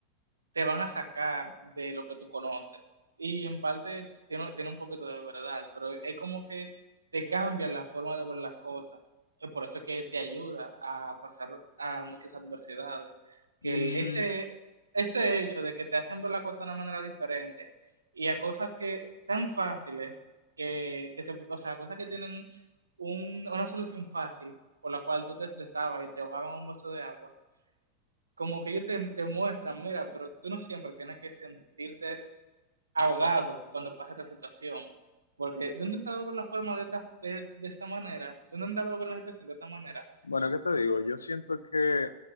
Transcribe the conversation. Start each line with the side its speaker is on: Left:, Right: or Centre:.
Right: te van a sacar de lo que tú conoces. Y en parte tiene, tiene un poquito de verdad, pero es como que te cambia la forma de ver las cosas. Y por eso es que te ayuda a pasar a muchas adversidades. Que
Left: Mm,
Right: el- ese, ese hecho de que te hacen ver las cosas de una manera diferente y a cosas que tan fáciles, que, que se, o sea, cosas que tienen un- una solución fácil por la cual tú te estresabas y te ahogaban un vaso de agua como que ellos te, te muestran, mira, pero tú no siempre tienes que sentirte ahogado cuando pasa esta situación, porque tú has intentado ver la forma de esta, de, de esta manera, tú has intentado ver la situación de esta manera.
Left: bueno, ¿qué te digo? Yo siento que